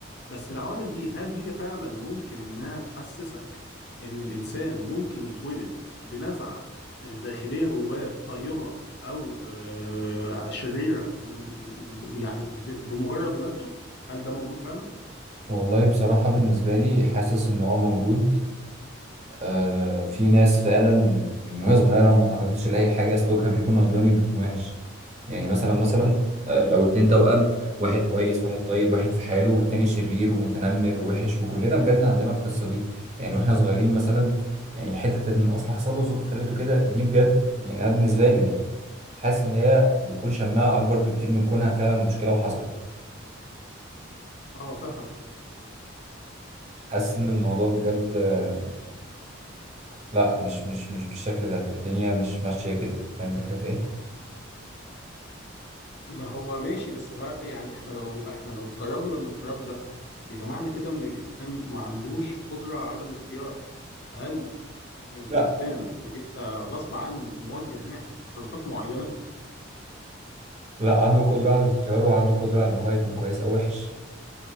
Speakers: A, on the left; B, on the right.
A: بس العوامل دي هل هي فعلا ممكن إنها تحسسك إن الإنسان ممكن يتولد بنزعة آه، داخلية جواه طيبة أو آه، شريرة م- م- يعني ب- بمجرد ولادته هل ده موجود فعلا؟
B: والله بصراحة بالنسبة لي حاسس إنه أه موجود آه في ناس فعلا من وهي صغيرة ما تعرضتش لأي حاجة سلوكها بيكون عدواني بيكون وحش يعني مثلا مثلا آه، لو اتنين توأم واحد كويس واحد طيب واحد في حاله والتاني شرير ومتنمر ووحش وكلنا بجد عندنا القصة دي يعني واحنا صغيرين مثلا يعني حتة ان اصل حصل له ظروف خليته كده دي بجد يعني انا بالنسبة لي يعني حاسس ان هي بتكون شماعة اكبر بكتير من كونها فعلا مشكلة وحصلت
A: اه فاهمك
B: حاسس ان الموضوع بجد آه، لا مش مش مش بالشكل ده الدنيا مش ماشية كده فاهم الفكرة في ايه؟
A: ما هو ماشي بس ه- يعني احنا لو احنا لو افترضنا الافتراض ده يبقى معنى كده ان الانسان ما عندوش قدرة على الاختيار هل الانسان
B: لا
A: بيبقى غصب عنه موجه ناحيه تصرفات معينه
B: لا عنده قدرة على الاختيار وعنده قدرة على ان هو يكون كويس او وحش